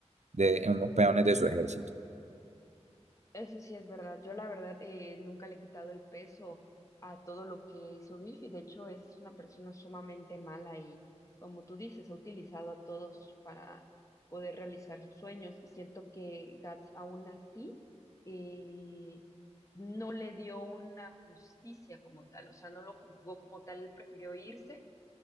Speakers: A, on the right; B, on the left.
A: de unos peones de su ejército.
B: Eso sí es verdad. Yo la verdad eh, nunca le he quitado el peso a todo lo que hizo Griffith. De hecho, es una persona sumamente mala y, como tú dices, ha utilizado a todos para poder realizar sus sueños. Y siento que Guts aún así eh, no le dio una justicia como tal. O sea, no lo juzgó como tal. Él prefirió irse,